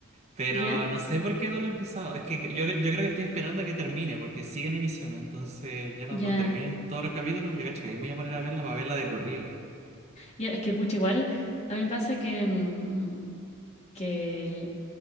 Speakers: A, on the right; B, on the left.
A: pero
B: ¿Ya?
A: no sé por qué no lo he empezado. Es que yo, yo creo que estoy esperando a que termine, porque sigue en emisión, entonces ya cuando
B: Ya.
A: terminen todos los capítulos, yo cacho que ahí me voy a poner a verla para verla de corrido.
B: Ya, es que pucha, igual a mí me pasa que, mm, que el-